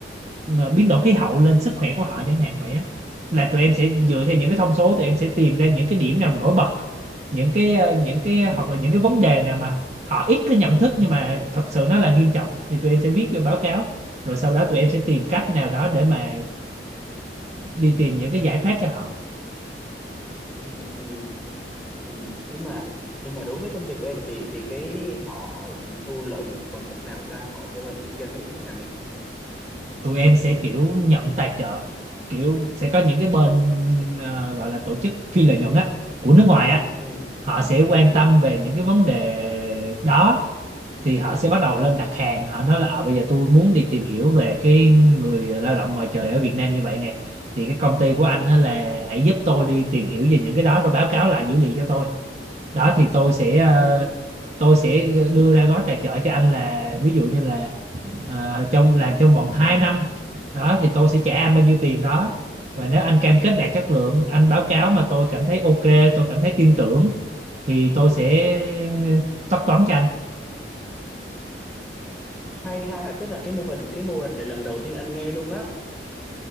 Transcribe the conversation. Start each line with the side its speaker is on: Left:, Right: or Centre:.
Right: ờ, biến đổi khí hậu lên sức khỏe của họ chẳng hạn vậy á là tụi em sẽ dựa theo những cái thông số tụi em sẽ tìm ra những cái điểm nào nổi bật những cái ờ, những cái hoặc là những cái vấn đề nào mà họ ít có nhận thức nhưng mà thật sự nó là nghiêm trọng thì tụi em sẽ viết vô báo cáo rồi sau đó tụi em sẽ tìm cách nào đó để mà đi tìm những cái giải pháp cho họ
Centre: ừ, ừ. Nhưng mà nhưng mà đối với công ty của em thì thì cái họ họ thu lợi nhuận bằng cách nào ta? Họ mô hình kinh doanh nó như thế nào nhỉ?
Right: tụi em sẽ kiểu nhận tài trợ kiểu sẽ có những cái bên ờ, gọi là tổ chức phi lợi nhuận á của nước ngoài á
Centre: Ừ,
Right: họ sẽ quan
Centre: ừ,
Right: tâm về những cái vấn đề đó thì họ sẽ bắt đầu
Centre: ừ,
Right: lên đặt hàng họ nói là ờ bây giờ tôi muốn đi tìm hiểu về cái người lao động ngoài trời ở Việt Nam như vậy nè thì cái công ty của anh á là hãy giúp tôi đi tìm hiểu về những cái đó rồi báo cáo lại dữ liệu cho tôi đó thì tôi sẽ
Centre: ừ,
Right: ờ, tôi sẽ ờ, đưa ra gói tài trợ cho anh là ví dụ như là ờ, trong làm trong vòng 2 năm đó thì tôi sẽ trả anh bao nhiêu tiền đó và nếu anh cam kết đạt
Centre: ừ.
Right: chất lượng anh báo cáo mà tôi cảm thấy ok tôi cảm thấy tin tưởng thì tôi sẽ ờ, tất toán cho anh
Centre: hay ha tức là cái mô hình cái mô hình này lần đầu tiên anh nghe luôn á